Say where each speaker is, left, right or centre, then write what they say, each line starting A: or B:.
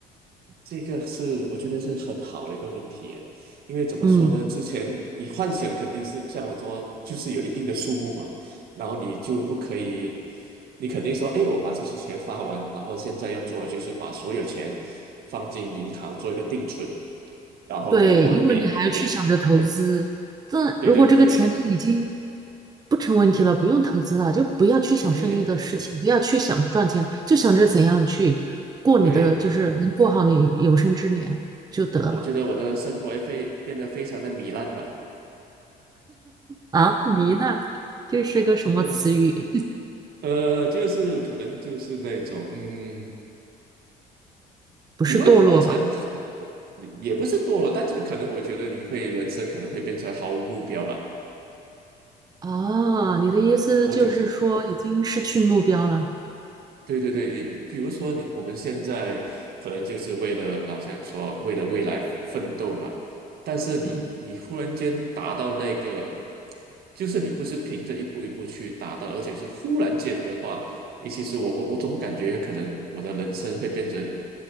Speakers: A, on the right (about 65°); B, on the right (about 25°).
A: 这个是我觉得是很好的一个问题耶，因为怎么说呢？
B: 嗯，
A: 之前你幻想肯定是像我说，就是有一定的数目嘛，然后你就不可以，你肯定说，哎，我把这些钱发完，然后现在要做的就是把所有钱放进银行做一个定存，然后可能我的每每，
B: 对，因为你还要去想着投资。这如果这个钱都已经
A: 对对对对
B: 不成问题了，不用投资了，就不要去想生意的事情，
A: 对
B: 不要去想赚钱，就想着怎样去过你的，
A: 对，
B: 就是能过好你有生之年就得了。
A: 我觉得我的生活也非变得非常的糜烂嘛，
B: 啊，迷呢？这是个什么词语？
A: 对啊，呃，就是可能就是那种嗯。
B: 不是堕落吧？
A: 你会活成好，你也不是堕落，但是可能我觉得你会人生可能会变成毫无目标吧。
B: 啊，你的意思就是说已经失去目标了。
A: 我就是对对对，比如说你我们现在可能就是为了好像说为了未来奋斗嘛，但是你你忽然间达到那个，
B: 嗯，
A: 就是你不是凭着一步一步去达到，而且是忽然间的话，你其实我我总感觉可能我的人生会变成